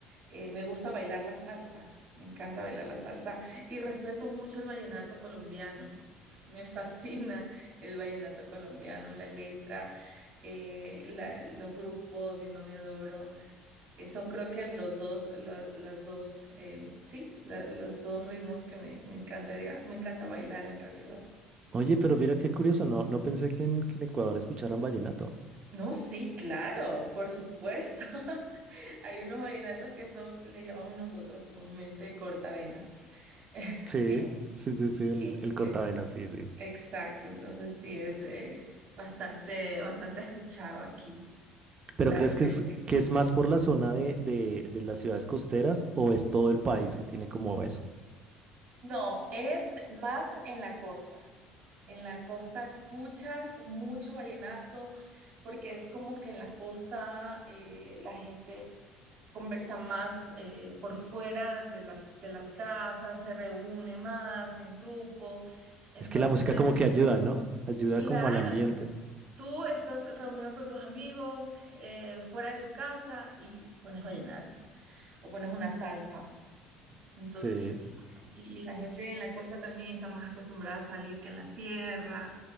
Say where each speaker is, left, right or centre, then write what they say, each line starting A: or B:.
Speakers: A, on the right; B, on the right.
A: eh, me gusta bailar la salsa, me encanta bailar la salsa y respeto mucho el vallenato colombiano. Me fascina el vallenato colombiano, la letra, eh, la- los grupos, Binomio de Oro. Eh, son creo que los dos, la- las dos, eh, sí, la- los dos ritmos que me, me encantaría, me encanta bailar en realidad.
B: Oye, pero mira qué curioso, no, no pensé que en, que en Ecuador escucharan vallenato.
A: No, sí, claro, por supuesto. <laughs> Hay unos vallenatos que son, le llamamos nosotros comúnmente cortavenas. <laughs> Sí,
B: Sí, sí, sí, sí, el,
A: sí,
B: el cortavenas,
A: es,
B: sí, sí.
A: exacto. Entonces sí es eh, bastante, bastante escuchado aquí.
B: ¿Pero
A: Claro
B: crees que
A: que
B: es,
A: sí.
B: que es más por la zona de, de, de las ciudades costeras o es todo el país que tiene como eso?
A: No, es más en la costa. En la costa escuchas mucho vallenato, porque es como que en la costa eh, la gente conversa más eh, por fuera de las, de las casas, se reúne más en grupo. Entonces,
B: Es que la música como que ayuda, ¿no? Ayuda
A: claro,
B: como al ambiente.
A: entonces tú estás reunido con tus amigos eh, fuera de tu casa y pones vallenato o pones una salsa. Entonces,
B: Sí,
A: y y la gente en la costa también está más acostumbrada a salir que en la sierra